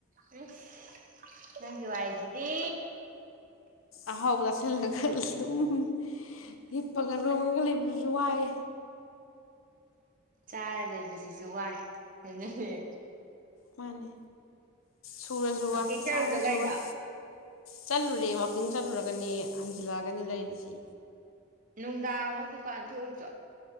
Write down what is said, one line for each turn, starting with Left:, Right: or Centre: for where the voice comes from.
Right: ꯑꯩꯁ ꯅꯪꯒꯤ ꯋꯥꯔꯤꯖꯤꯗꯤ
Left: ꯑꯍꯥꯎꯕ ꯈꯜꯂ ꯈꯜꯂ ꯑꯗꯨꯝ ꯍꯤꯞꯄꯒ ꯂꯣꯡꯉꯒ ꯂꯩꯕꯗꯨꯁꯨ ꯋꯥꯏ
Right: ꯆꯥꯔ ꯂꯩꯕꯁꯤꯁꯨ ꯋꯥꯏ ꯑꯗꯨꯅꯦ
Left: ꯃꯥꯅꯦ ꯁꯨꯔꯁꯨ
Right: ꯋꯥꯛꯀꯤꯡ
Left: ꯋꯥꯏ
Right: ꯆꯠꯂꯨꯆꯣ
Left: ꯆꯥꯔꯁꯨ
Right: ꯀꯩꯅꯣ
Left: ꯋꯥꯏ ꯆꯠꯂꯨꯔꯦ ꯋꯥꯛꯀꯤꯡ ꯆꯜꯂꯨꯔꯒꯅꯤ ꯍꯟꯖꯤꯜꯂꯛꯑꯒꯅꯤ ꯂꯩꯔꯤꯁꯤ
Right: ꯅꯨꯡꯗꯥꯡ ꯑꯃꯨꯛ ꯗꯨꯀꯥꯟ ꯊꯣꯛꯎ ꯆꯣ